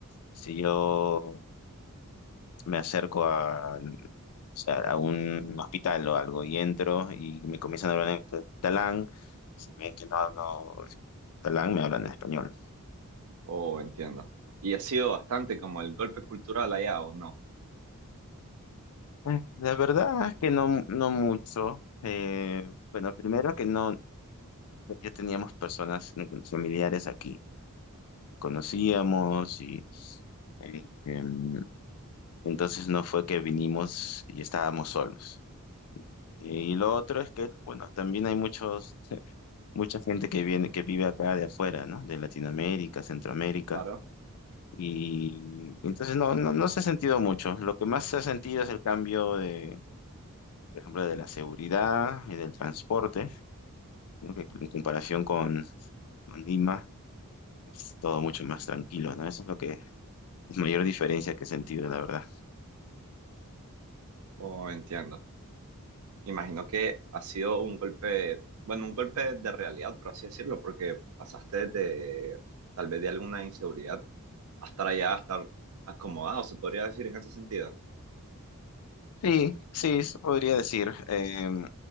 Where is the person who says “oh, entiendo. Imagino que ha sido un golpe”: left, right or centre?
Right